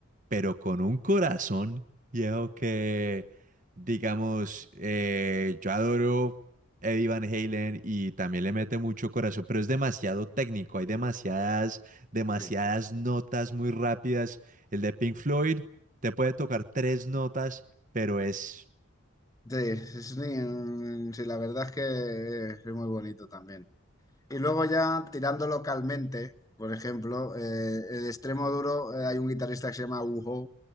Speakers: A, on the right; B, on the left.
A: pero con un corazón viejo que, digamos, eh, yo adoro Eddie Van Halen y también le mete mucho corazón, pero es demasiado técnico, hay demasiadas, demasiadas
B: Sí,
A: notas muy rápidas. El de Pink Floyd te puede tocar tres notas, pero es,
B: sí, es- sí, mm, sí, la verdad es que es muy bonito también. Y luego ya tirando localmente, por ejemplo, eh, el extremo duro, eh, hay un guitarrista que se llama Ujo,